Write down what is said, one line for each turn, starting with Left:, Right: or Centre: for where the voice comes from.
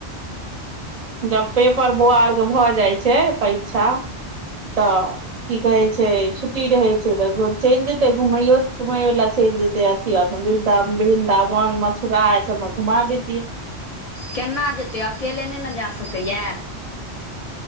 Right: जब पेपर बौआर के भऽ जाइ छै परीक्षा तऽ की कहे छै छुट्टी रहै छै तऽ चलि जेतै घुमैयो तुमैयो लऽ चलि जेतै से अथी अर मे वृन्दावन मथुरा ई सब मे घुमा देतिय
Left: केना जेतै अकेले नहि नऽ जा सकैया